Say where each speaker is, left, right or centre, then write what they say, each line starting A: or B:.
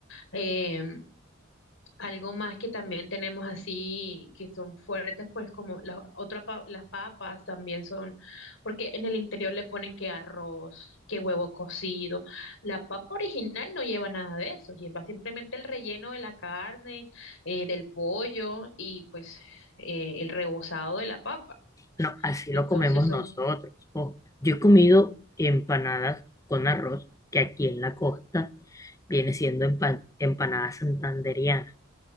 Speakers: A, on the left; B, on the left.
A: Eh, algo más que también tenemos así, que son fuertes, pues como las otra pa- las papas también son, porque en el interior le ponen que arroz, que huevo cocido. La papa original no lleva nada de eso, lleva simplemente el relleno de la carne, eh, del pollo y pues eh, el rebozado de la papa.
B: No, así
A: Entonces
B: lo comemos
A: son
B: nosotros. Ojo, yo he comido empanadas con arroz, que aquí en la costa viene siendo empa- empanada santanderiana.